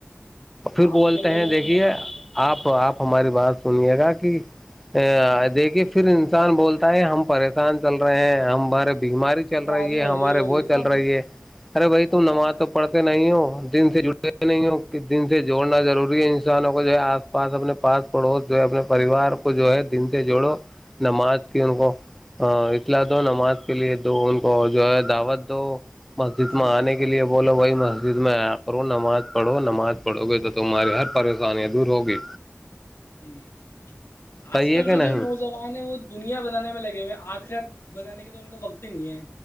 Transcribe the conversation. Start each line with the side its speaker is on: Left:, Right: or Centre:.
Centre: پھر
Left: آج
Centre: بولتے
Left: کل کے
Centre: ہیں
Left: جو
Centre: دیکھیے
Left: نوجوان
Centre: آپ آپ ہماری بات سنیے گا <inaudible> دیکھیے پھر انسان بولتا ہے ہم پریشان چل رہے ہیں ہم ہمارے بیماری چل
Left: بیماری
Centre: رہی ہے
Left: ہو
Centre: ہمارے وہ
Left: یہ
Centre: چل
Left: سب
Centre: رہی ہے ارے بھائی تم
Left: اللہ
Centre: نماز
Left: کا
Centre: تو پڑھتے نہیں ہو دن سے جٹے نہیں ہو کہ دن سے جوڑنا ضروری ہے انسانوں کو جو ہے آس پاس اپنے پاس پڑوس جو ہے اپنے پریوار کو جو ہے دن سے جوڑو نماز کی ان کو اطلاع دو نماز کے لیے دو ان کو جو ہے دعوت دو مسجد
Left: جی
Centre: میں آنے کے لیے بولو بھائی مسجد میں آیا کرو نماز پڑو نماز ہاتھ پڑو گے تو تمہاری ہر پریشانی دور ہوگی
Left: جی
Centre: صحیح
Left: آج کل
Centre: ہے کہ
Left: کے جو
Centre: نہیں
Left: نوجوان ہیں وہ دنیا بنانے میں لگے ہوئے ہیں آخر بنانے کے تو ان کا وقت ہی نہیں ہے